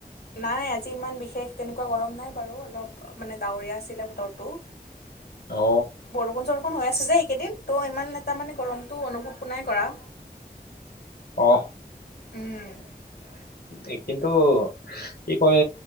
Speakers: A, on the left; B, on the left.
A: নাই আজি ইমান বিশেষ তেনেকুৱা গৰম নাই বাৰু অলপ মানে ডাৱৰীয়া আছিলে বতৰটো।
B: অ
A: বৰষুণ চৰষু হৈ আছে যে এইকেইদিন ত' ইমান এটা মানে গৰমতটো অনুভৱটো নাই কৰা।
B: অ
A: উম,
B: এ কিন্তু কি কয়